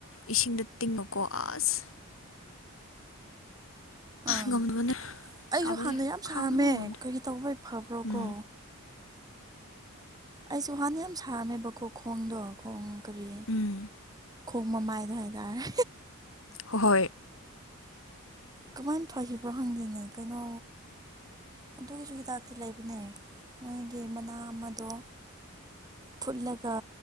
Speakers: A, on the left; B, on the right.
A: ꯏꯁꯤꯡꯗ ꯇꯤꯡꯉꯨꯀꯣ ꯑꯁ
B: ꯑꯥ
A: ꯉꯝꯗꯕꯅꯦ
B: ꯑꯩꯁꯨ
A: ꯁꯥꯕꯁꯦ
B: ꯍꯥꯟꯅ ꯌꯥꯝ ꯁꯥꯔꯝꯃꯦ
A: ꯈꯥꯡꯕ ꯉꯝꯗꯦ
B: ꯀꯔꯤꯒꯤ ꯇꯧꯕꯩ ꯐꯕ꯭ꯔꯣꯀꯣ
A: ꯎꯝ
B: ꯑꯩꯁꯨ ꯍꯥꯟꯅ ꯌꯥꯝ ꯁꯥꯔꯝꯃꯦꯕꯀꯣ ꯈꯣꯡꯗꯣ ꯈꯣꯡ ꯀꯔꯤ
A: ꯎꯝ
B: ꯈꯣꯡ ꯃꯃꯥꯏꯗ ꯍꯥꯏꯇꯥꯔꯦ
A: ꯍꯣꯏ
B: ꯀꯃꯥꯏꯅ ꯐꯈꯤꯕꯣ ꯍꯪꯗꯦꯅꯦ ꯀꯩꯅꯣ ꯑꯗꯨꯒꯤꯁꯨ ꯍꯤꯗꯥꯛꯇꯤ ꯂꯩꯕꯅꯦ ꯃꯣꯏꯒꯤ ꯃꯅꯥ ꯑꯃꯗꯣ ꯐꯨꯠꯂꯒ